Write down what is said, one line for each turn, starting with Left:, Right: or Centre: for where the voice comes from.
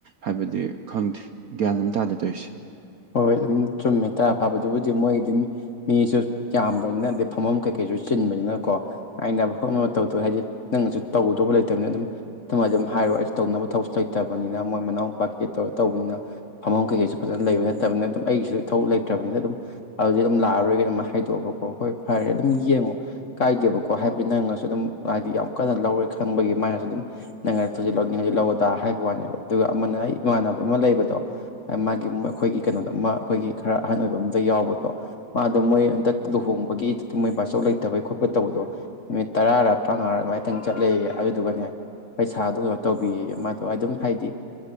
Right: ꯍꯥꯏꯕꯗꯤ ꯈꯪꯗꯦ ꯒ꯭ꯌꯥꯟ ꯑꯃ ꯇꯥꯗ ꯇꯧꯏꯁꯦ
Left: ꯍꯣꯏ ꯍꯣꯏ ꯑꯗꯨꯝ ꯆꯨꯝꯃꯦ ꯇꯔꯥ ꯐꯥꯕꯗꯨꯕꯨꯗꯤ ꯃꯣꯏꯗꯤ ꯃꯤ ꯃꯤꯁꯨ ꯌꯥꯝꯕꯅꯤꯅ ꯑꯗꯩ ꯐꯝꯐꯝ ꯀꯩꯀꯩꯁꯨ ꯆꯤꯟꯕꯅꯤꯅꯀꯣ ꯀꯥꯏꯅꯕ ꯈꯣꯠꯅꯕ ꯇꯧꯗꯕ ꯍꯥꯏꯗꯤ ꯅꯪꯅꯁꯨ ꯇꯧꯒꯗꯧꯕ ꯂꯩꯇꯕꯅꯤꯅ ꯑꯗꯨꯝ ꯑꯗꯨꯃꯥꯏꯅ ꯑꯗꯨꯝ ꯍꯥꯏꯔꯣ ꯑꯩꯁ ꯇꯧꯅꯕ ꯊꯕꯛ ꯂꯩꯇꯕꯅꯤꯅ ꯃꯣꯏ ꯃꯅꯥꯎ ꯃꯨꯄꯥ ꯀꯩꯀꯩ ꯇꯧꯔ ꯇꯧꯕꯅꯤꯅ ꯐꯃꯐꯝ ꯀꯩꯀꯩꯁꯨ ꯐꯖꯅ ꯂꯩꯕ ꯅꯠꯇꯕꯅꯤꯅ ꯑꯗꯨꯝ ꯑꯩꯒꯤꯁꯨ ꯏꯊꯧ ꯂꯩꯇ꯭ꯔꯕꯅꯤꯅ ꯑꯗꯨꯝ ꯑꯗꯨꯗꯤ ꯑꯗꯨꯝ ꯂꯥꯛꯑꯔꯣꯏꯒꯗꯤ ꯑꯗꯨꯝ ꯍꯥꯏꯗꯣꯛꯑꯕꯀꯣ ꯍꯣꯏ ꯐꯔꯦ ꯑꯗꯨꯝ ꯌꯦꯡꯉꯣ ꯀꯥꯏꯗꯦꯕꯀꯣ ꯍꯥꯏꯕꯗꯤ ꯅꯪꯅꯁꯨ ꯑꯗꯨꯝ ꯍꯥꯏꯗꯤ ꯌꯥꯝ ꯀꯟꯅ ꯂꯧꯔꯦ ꯈꯪꯕꯒꯤ ꯃꯥꯏꯅꯁꯨ ꯑꯗꯨꯝ ꯅꯪ ꯉ ꯊꯖꯤꯛ ꯂꯧꯅꯤꯡ ꯍꯧꯖꯤꯛ ꯂꯧꯑꯣꯗꯥ ꯍꯥꯏꯕ ꯋꯥꯅꯦꯕ ꯑꯗꯨꯒ ꯑꯃꯅ ꯑꯩ ꯏꯃꯥꯟꯅꯕ ꯑꯃ ꯂꯩꯕꯗꯣ ꯃꯥꯒꯤ ꯑꯩꯈꯣꯏꯒꯤ ꯀꯩꯅꯣꯗꯃ ꯑꯩꯈꯣꯏꯒꯤ ꯈꯔ ꯑꯍꯟ ꯑꯣꯏꯕ ꯑꯝꯗ ꯌꯥꯎꯕꯗꯣ ꯃꯥꯗꯣ ꯃꯣꯏ ꯍꯟꯗꯛ ꯂꯨꯍꯣꯡꯕꯒꯤ ꯃꯣꯏ ꯕꯥꯆꯧ ꯂꯩꯇꯕꯩ ꯈꯣꯠꯄ ꯇꯧꯕꯗꯣ ꯅꯨꯃꯤꯠ ꯇꯔꯥꯔ ꯇꯔꯥꯃꯉꯥ ꯑꯗꯨꯃꯥꯏꯊꯪ ꯆꯠꯂꯒꯦ ꯑꯗꯨꯗꯨꯒꯅꯦ ꯄꯩꯁꯥꯗꯨ ꯀꯩꯅꯣ ꯇꯧꯕꯤꯌꯦꯌꯦ ꯃꯥꯗꯣ ꯑꯗꯨꯝ ꯍꯥꯏꯗꯤ